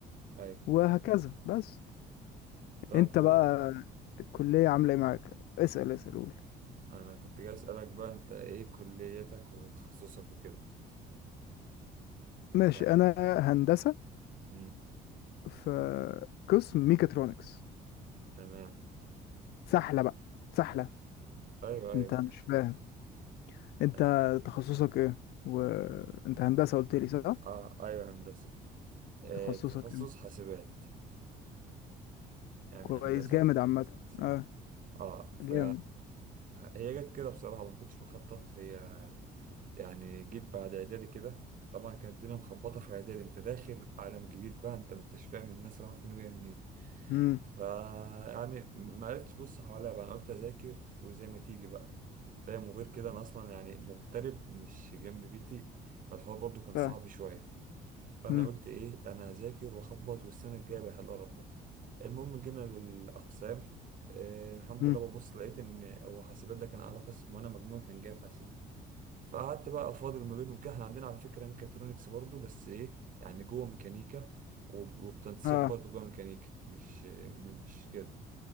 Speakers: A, on the right; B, on the left.
A: ايوه
B: وهكذا بس
A: طب
B: انت
A: و...
B: بقى الكلية عاملة ايه معاك اسأل اسأل قول
A: انا كنت جاي اسألك بقى انت ايه كليتك وتخصصك وكده
B: ماشي
A: لا
B: انا هندسة
A: امم
B: في قسم ميكاترونكس
A: تمام
B: سحلة بقى سحلة
A: ايوه ايوه
B: انت مش فاهم انت
A: ايوه
B: تخصصك ايه وانت هندسة قلت لي صح
A: اه ايوه هندسة آه
B: تخصصك
A: تخصص
B: ايه
A: حاسبات يعني
B: كويس
A: هندسة
B: جامد عامة
A: قسم حاسبات
B: اه
A: اه
B: جامد
A: ف هي جت كده بصراحة ما كنتش مخطط هي يعني جيت بعد اعدادي كده طبعا كانت الدنيا مخبطة في اعدادي انت داخل عالم جديد بقى انت ما انتش فاهم الناس رايحة فين وجاية منين
B: امم
A: ف يعني ما عرفتش ابص حواليا بقى انا قلت اذاكر وزي ما تيجي بقى فاهم وغير كده انا اصلا يعني مغترب مش جنب بيتي فالحوار برضو كان صعب
B: ف
A: شوية فانا
B: مم.
A: قلت ايه انا هذاكر واخبط والسنه الجايه بحلها ربنا المهم جينا للاقسام آه الحمد
B: مم.
A: لله ببص لقيت ان هو حاسبات ده كان اعلى قسم وانا مجموعي كان جايب حاسبات فقعدت بقى فاضل ما بينهم كده احنا عندنا على فكره ميكاترونكس برضو بس ايه يعني جوه ميكانيكا وب- وبتنسيق
B: اه
A: برضو جوه ميكانيكا مش آه، م- مش كده